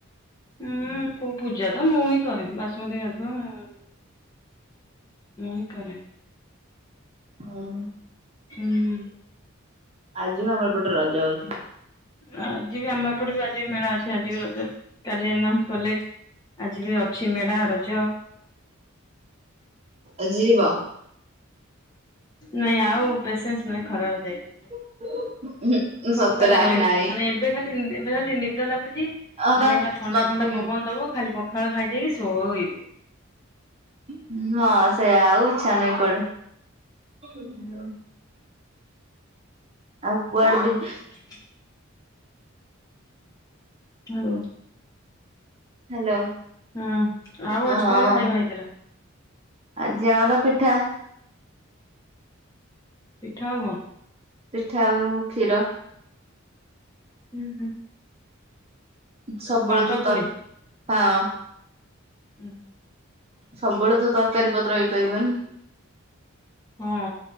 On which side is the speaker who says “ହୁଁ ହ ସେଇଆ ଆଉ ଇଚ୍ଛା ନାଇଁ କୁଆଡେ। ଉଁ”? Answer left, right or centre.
Right